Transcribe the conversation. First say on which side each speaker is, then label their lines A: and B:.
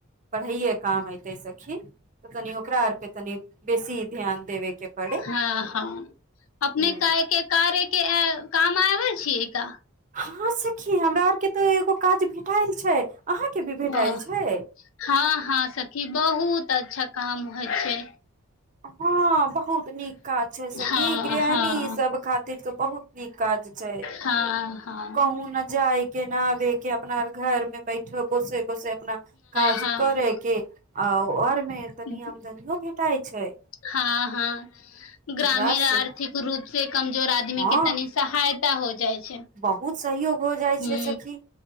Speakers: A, on the right; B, on the left.
A: पढ़ैए काम एते सखिन तऽ तनि ओकरा आर पे तनि बेसी ध्यान देबे के पड़े
B: हँ हँ अपने
A: ह
B: काहे के कार्य के आएल काम आबे छियै क
A: हँ सखी हमरा आर के तऽ एगो काज भेटाएल छै अहाँ के भी भेटायल
B: ओ
A: छै
B: हँ हँ सखी बहुत अच्छा काम होय छै
A: हँ बहुत बहुत नीक काज छै सखी
B: हँ
A: गृहणी
B: हँ
A: ई सब खातिर त बहुत नीक काज छै
B: हँ हँ
A: कहूं ने जाय केनाबे के अपना घर में बैठो कुछे कुछे अपना काज
B: हँ
A: करे के आ आर मे तनी
B: हँ
A: आमदनियो भेटाइ छै
B: हँ हँ ग्रामीण
A: जेकरा से
B: आर्थिक रूप से कमजोर आदमी आदमी
A: हँ
B: के तनि सहायता हो जाइ छै
A: बहुत सहयोग हो जाइ
B: हूँ
A: छै सखी